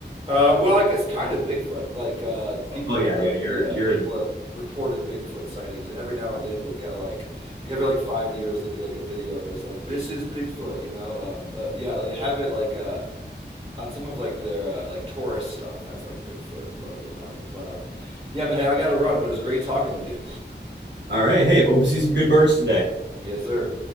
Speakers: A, on the right (about 30°); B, on the right (about 75°).
A: Uh, well, I guess kind of Bigfoot. Like uh, people
B: Oh, oh yeah,
A: have,
B: yeah. You're
A: yeah,
B: you're
A: people have reported Bigfoot sightings, and every now and then you'll get like, like every like five years there'll be like a video is like this is Bigfoot, you know? Um, uh, yeah, they have it like uh, on some of like their uh, like tourist stuff has like Bigfoot logos on it. But um, yeah, man, hey, I gotta run. But it was great talking with you.
B: all right. Hey, hope you see some good birds today.
A: Yes, sir.